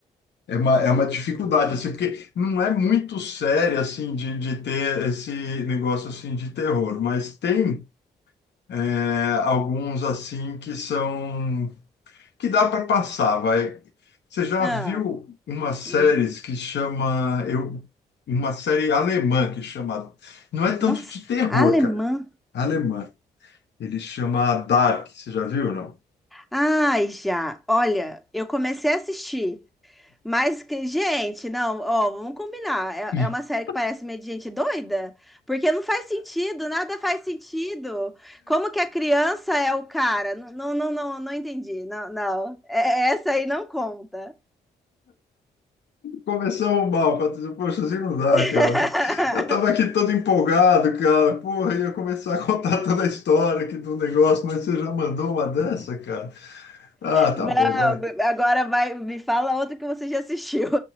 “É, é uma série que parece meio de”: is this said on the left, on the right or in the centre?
Centre